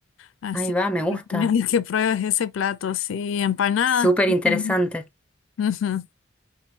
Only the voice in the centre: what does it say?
Ahí va, me
gusta.
Súper
interesante.